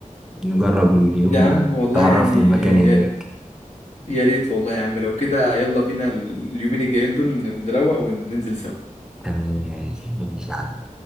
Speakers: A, in the centre; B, on the left (about 55°).
A: نجرب اليوم
B: يا
A: ده
B: عم والله
A: تعرفني
B: يعني
A: المكان هناك
B: يا ر- يا ريت والله يا عم لو كده يلا بينا ال- اليومين الجايين دول نروق وننزل سوا
A: تمام يا غالي، ماشي يا عم